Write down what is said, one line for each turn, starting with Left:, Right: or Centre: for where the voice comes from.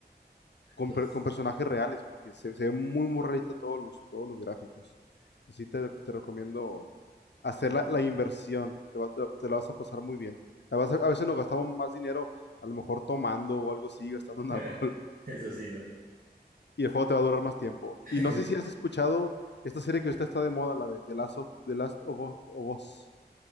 Right: <laughs>
Left: con,
Right: Dos,
Left: per- con personajes reales, porque se, se ve muy, muy realista todos los, todos los gráficos. Así te, te recomiendo hacer
Right: no,
Left: la, la inversión, te, va- te- te la vas a pasar muy bien. La vas a, a veces nos gastamos más dinero, a lo mejor tomando o algo así, gastando en
Right: <laughs>
Left: alcohol,
Right: Eso sí, ¿no?
Left: <laughs> y el juego te va a durar más tiempo.
Right: <laughs>
Left: Y no sé si has escuchado esta serie que ahorita está de moda, la de The Last of, The Last of Us. of Us.